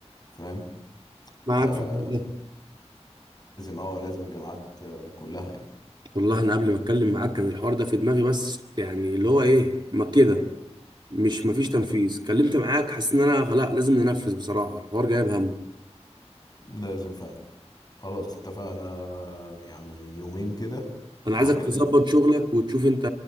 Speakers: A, on the left; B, on the right.
A: فاهم
B: معاك
A: فلازم
B: في الحوار ده
A: اه لازم الجامعات كلها يعني
B: والله انا قبل ما اتكلم معاك كان الحوار ده في دماغي بس يعني اللي هو ايه ما كده مش مفيش تنفيذ
A: مم.
B: كلمت معاك حاسس ان انا خلاص لازم ننفذ بصراحه الحوار جايب همه
A: لازم فعلا خلاص اتفقنا يعني يومين كده
B: انا
A: وهكلمك
B: عايزك تظبط شغلك وتشوف انت